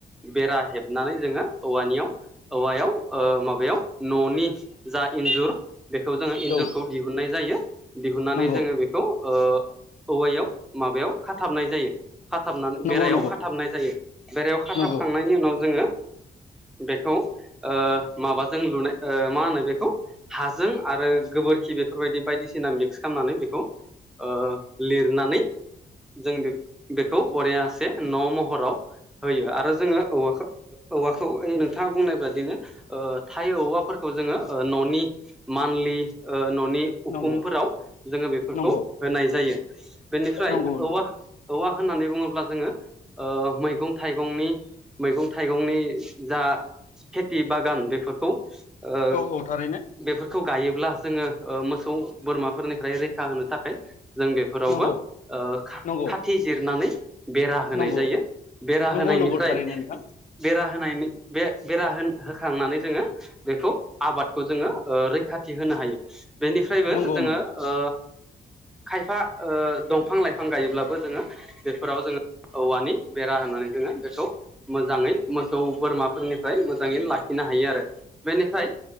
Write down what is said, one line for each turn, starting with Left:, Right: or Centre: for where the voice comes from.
Centre: बेरा हेबनानै जोङो औवानियाव औवायाव औ माबायाव न'नि जा इन्जुर बेखौ जोङो इन्जुर
Left: औ
Centre: दिहुननाय जायो दिुननानै
Left: नंगौ
Centre: जोङो बेखौ ओ औवायाव माबायाव खाथाबनाय जायो खाथाबनानै
Left: नंगौ
Centre: बेरायाव
Left: नंगौ
Centre: खाथाबनाय जायो बेरायाव
Left: नंगौ
Centre: खाथाबखांनायनि उनाव जोङो बेखौ ओ माबाजों लुनाय ओ मा होनो बेखौ हाजों आरो गोबोर बेफोरबायदि बायदिसिना मिक्स खालामनानै बेखौ ओ लिरनानै जों बेखौ बरयासे न' महराव होयो आरो जोङो औवाखौ औवाखौ ओइ नोंथाङा बुंनाय बादिनो ओ थाय औवाफोरखौ जोङो न'नि मानलि ओ न'नि उखुमफोराव
Left: नंगौ
Centre: जोङो बेफोरखौ
Left: नंगौ
Centre: होनाय जायो बेनिफ्राय
Left: नंगौ नंगौ
Centre: औवा औवा होननानै बुङोब्ला जोङो ओ मैगं थाइगंनि मैगं थाइगंनि जा खेथि बागान बेफोरखौ ओ
Left: औ औ थारैनो
Centre: बेफोरखौ गायोब्ला जोङो ओ मोसौ बोरमाफोरनिफ्राय रैखा होनो थाखाय जों बेफोरावबो
Left: नंगौ
Centre: ओ
Left: नंगौ
Centre: खाथि जिरनानै बेरा होनाय
Left: नंगौ
Centre: जायो बेरा
Left: नंगौ
Centre: होनायनिफ्राय
Left: नंगौ थारैनो नोंथां
Centre: बेरा होनायनि बे बेरा होन होखांनानै जोङो बेखौ आबादखौ जोङो ओ रैखाथि होनो हायो बेनिफ्रायबो
Left: नंगौ
Centre: जोङो
Left: नंगौ
Centre: ओ खायफा ओ दंफां लाइफां गायोब्लाबो जोङो बेफोराव जोङो औवानि बेरा होनानै जोङो बेखौ मोजाङै मोसौ बोरमाफोरनि फ्राय मोजाङै लाखिनो हायो आरो बेनिफ्राय